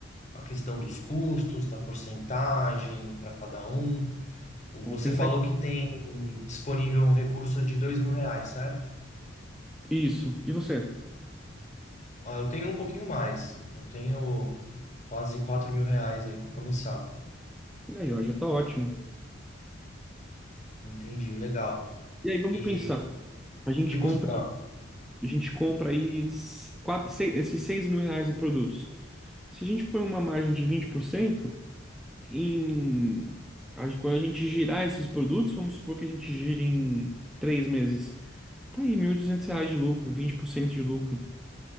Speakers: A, on the left; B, in the centre.
A: a questão dos custos, da porcentagem para cada um. O-
B: Vamos
A: Você
B: pensar
A: falou
B: em
A: que tem disponível um recurso de dois mil reais, certo?
B: isso. E você?
A: Ó, eu tenho um pouquinho mais. Eu tenho quase quatro mil reais aí para começar.
B: E aí, ó, já tá ótimo.
A: Entendi, legal.
B: E aí, vamos
A: E
B: pensar. A gente
A: o que
B: compra,
A: você. Ah,
B: a gente compra aí s- quatro, seis, esses seis mil reais em produtos. Se a gente põe uma margem de 20% em a quando a gente girar esses produtos, vamos supor que a gente gire em três meses. Tá aí, 1.200 reais de lucro, 20% de lucro.